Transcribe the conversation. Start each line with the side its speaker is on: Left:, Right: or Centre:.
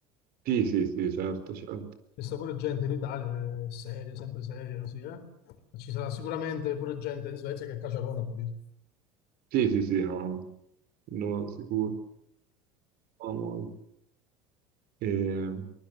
Right: Sì, sì, sì, certo, certo.
Left: C'è sta pure gente in Italia che è seria, sempre seria, così, eh? Ci sarà sicuramente pure gente in Svezia che è caciarona, capito?
Right: Sì, sì, sì, no, no, sicuro. No, no.